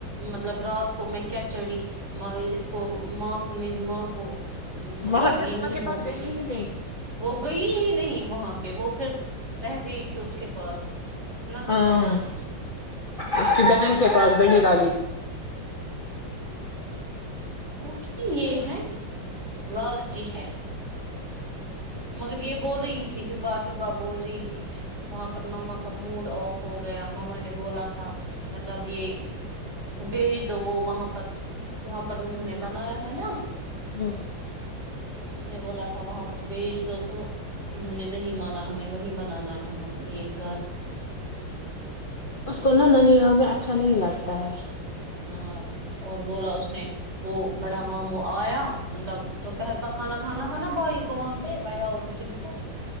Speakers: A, on the right (about 35°); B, on the left (about 30°).
A: مطلب رات کو میں کیا چڑھی اس کو ماں میری ماں کو مطلب
B: وہاں پھر
A: یہ
B: وہاں
A: نہیں
B: کے
A: ہوگی
B: پاس گئی ہی نہیں تھی
A: وہ گئی ہی نہیں وہاں پہ وہ پھر رہ گئی تھی اس کے پاس اس ن
B: ہاں
A: کیا نام ہے
B: اس
A: بہن
B: کی
A: کو ہ
B: کے پاس بڑی والی
A: وہ یہ ہے لالچی ہے مگر یہ بول رہی تھی ہبا ہبا بول رہی تھی وہاں پر ماما کا موڈ آف ہو گیا ماما نے بولا تھا مطلب یہ بیچ دو وہ وہاں پر جہاں پر انہوں نے بنایا ہے نا
B: ہ
A: اس نے بولا تھا وہاں پر بیچ دو تو تو انہوں نے نہیں مانا ہمیں وہی بنانا ہے یہ گھر
B: اس کو نہا ننی حال میں اچھا نہیں لگتا ہے
A: ہاں اور بولا اس نے وہ بڑا ماموں آیا مطلب دوپہر کا کھانا کھانا تھا نا بھائی کو وہاں پہ بھیا اور رپ دی کو